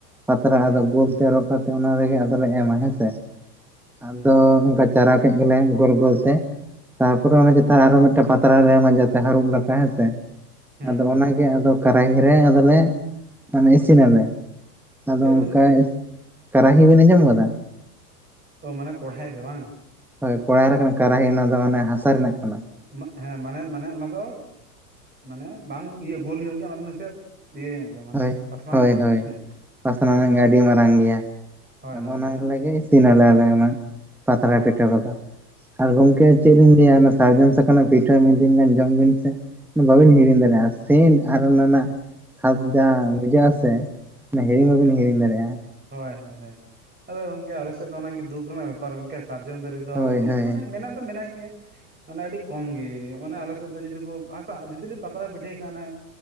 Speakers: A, in the centre; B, on the right (about 20°).
A: ᱯᱟᱛᱲᱟ
B: ᱦᱮᱸ
A: ᱟᱫᱚ ᱜᱳᱞ ᱛᱮ ᱨᱚᱜ ᱠᱟᱛᱮ ᱚᱱᱟ ᱨᱮᱜᱮ ᱟᱫᱚᱞᱮ ᱮᱢᱟ ᱦᱮᱸ ᱥᱮ ᱟᱫᱚ
B: ᱦᱮᱸ
A: ᱚᱝᱠᱟ ᱪᱟᱨᱟᱣ ᱠᱮᱫ ᱜᱮᱞᱮ ᱜᱳᱞ ᱜᱳᱞ ᱛᱮ ᱛᱟᱨᱯᱚᱨᱮ ᱚᱱᱮ ᱡᱮ ᱟᱨᱚ ᱢᱮᱫᱴᱮᱱ ᱯᱟᱛᱲᱟ ᱞᱮ ᱮᱢᱟ ᱡᱟᱛᱮ ᱦᱟᱹᱨᱩᱵ ᱞᱮᱠᱟ ᱦᱮᱸᱥᱮ
B: ᱦᱮᱸ
A: ᱟᱫᱚ
B: ᱦᱮᱸ
A: ᱚᱱᱟᱜᱮ ᱟᱫᱚ ᱠᱟᱨᱟᱦᱤ ᱨᱮ ᱟᱫᱚᱞᱮ ᱢᱟᱱᱮ ᱤᱥᱤᱱᱟᱞᱮ ᱟᱫᱚ
B: ᱪᱮᱫ ᱜᱚᱝᱠᱮ
A: ᱚᱝᱠᱟ ᱠᱟᱨᱟᱦᱤ ᱵᱤᱱ ᱟᱸᱡᱚᱢ ᱠᱟᱫᱟ?
B: ᱛᱚ ᱢᱟᱱᱮ ᱠᱚᱲᱦᱟᱭ ᱨᱮ ᱵᱟᱝ᱾
A: ᱦᱳᱭ ᱠᱚᱲᱟᱭ ᱨᱮ ᱠᱟᱱᱟ ᱠᱟᱨᱟᱦᱤ ᱚᱱᱟ ᱫᱚ ᱢᱟᱱᱮ ᱦᱟᱥᱟ ᱨᱮᱱᱟᱜ ᱠᱟᱱᱟ᱾
B: ᱢᱟ ᱦᱮᱸ ᱢᱟᱱᱮ ᱢᱟᱱᱮ ᱚᱱᱟ ᱫᱚ ᱢᱟᱱᱮ ᱵᱟᱝ ᱤᱭᱟᱹ ᱜᱳᱞ ᱧᱚᱜ ᱜᱮᱭᱟ ᱚᱱᱟᱫᱚ ᱱᱟ. ᱥᱮ ᱤᱭᱟᱹ ᱧᱚᱜ ᱜᱮᱭᱟ ᱢᱟᱱᱮ
A: ᱦᱳᱭ
B: ᱯᱟᱥᱱᱟᱣ
A: ᱦᱳᱭ
B: ᱧᱚᱜ ᱜᱮᱭᱟ
A: ᱦᱳᱭ
B: ᱥᱮ
A: ᱯᱟᱥᱱᱟᱣ
B: ᱦᱮᱸ
A: <unintelligible> ᱟᱹᱰᱤ ᱢᱟᱨᱟᱝ ᱜᱮᱭᱟ
B: ᱦᱳᱭ
A: ᱟᱫᱚ
B: ᱦᱳᱭ
A: ᱚᱱᱟ
B: ᱞᱟᱹᱭ ᱵᱤᱱ
A: <unintelligible> ᱥᱤᱱᱟᱞᱮ ᱟᱞᱮ ᱚᱱᱟ ᱯᱟᱛᱲᱟ
B: ᱦᱮᱸ
A: ᱯᱤᱴᱷᱟᱹ ᱠᱚᱫᱚ, ᱟᱨ ᱜᱚᱝᱠᱮ
B: ᱦᱮᱸ
A: ᱪᱮᱫ ᱤᱧ ᱞᱟᱹᱭᱟ ᱚᱱᱮ ᱥᱟᱨᱡᱚᱢ ᱥᱟᱠᱟᱱ ᱨᱮᱱᱟᱜ ᱯᱤᱴᱷᱟᱹ ᱢᱤᱫ ᱫᱤᱱ ᱜᱟᱱ ᱡᱚᱢ ᱵᱤᱱ ᱥᱮ ᱚᱱᱟ ᱵᱟᱹᱵᱤᱱ ᱦᱤᱲᱤᱧ ᱫᱟᱲᱮᱜ-ᱟ, ᱥᱮᱴ ᱟᱨ ᱚᱱᱟ ᱨᱮᱱᱟᱜ ᱟᱛ ᱡᱟ ᱵᱩᱡᱷᱟᱹᱜ ᱟᱥᱮ᱾ ᱚᱱᱟ ᱦᱤᱲᱤᱧ ᱵᱟᱵᱤᱱ
B: ᱚ
A: ᱦᱤᱲᱤᱧ ᱫᱟᱲᱮᱭᱟᱜᱼᱟ
B: ᱦᱳᱭ ᱦᱳᱭ ᱦᱳᱭ ᱟᱫᱚ ᱜᱚᱝᱠᱮ ᱟᱞᱮ ᱥᱮᱫ ᱫᱚ ᱚᱱᱟᱜᱮ ᱫᱩᱠ ᱨᱮᱱᱟᱜ ᱵᱮᱯᱟᱨ ᱜᱚᱝᱠᱮ ᱥᱟᱨᱡᱚᱢ ᱫᱟᱨᱮ ᱫᱚ
A: ᱦᱳᱭ
B: ᱟᱹᱰᱤ
A: ᱦᱳᱭ
B: ᱢᱟᱱᱮ ᱢᱮᱱᱟᱜ ᱫᱚ ᱢᱮᱱᱟᱜ ᱜᱮᱭᱟ᱾ ᱢᱟᱱᱮ ᱟᱹᱰᱤ ᱠᱚᱢ ᱜᱮ ᱢᱟᱱᱮ ᱟᱞᱮ ᱥᱮᱫ ᱫᱚ ᱡᱩᱫᱤ ᱠᱚ ᱦᱟᱥᱟᱜᱟ ᱡᱩᱫᱤ ᱞᱮ ᱯᱟᱛᱲᱟ ᱯᱤᱴᱷᱟᱹᱭ ᱠᱷᱟᱱ ᱦᱟᱱᱮ